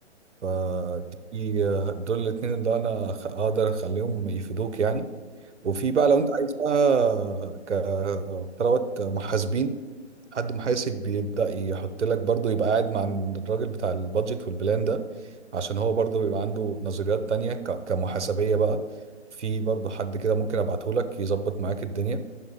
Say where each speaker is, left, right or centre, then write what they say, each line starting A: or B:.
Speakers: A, on the right; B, on the right.
A: فدي
B: مم.
A: دول الاتنين اللي انا خ- اقدر اخليهم يفيدوك يعني
B: مم.
A: وفي
B: مم.
A: بقى لو انت عايز بقى كثروات محاسبين حد محاسب بيبدأ يحط لك برضه يبقى قاعد مع الراجل بتاع البادجت والبلان ده عشان هو برضه بيبقى عنده نظريات تانية ك- كمحاسبية بقى في برضه حد كده ممكن ابعته لك يظبط معاك الدنيا